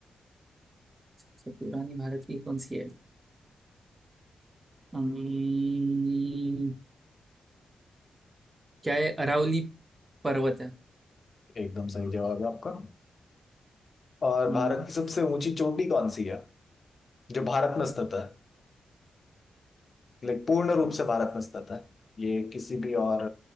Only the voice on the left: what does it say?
एकदम सही जवाब है आपका और
भारत की सबसे ऊंची चोटी कौन सी है जो भारत में स्थित है लाइक पूर्ण रूप से भारत में स्थित है ये किसी भी और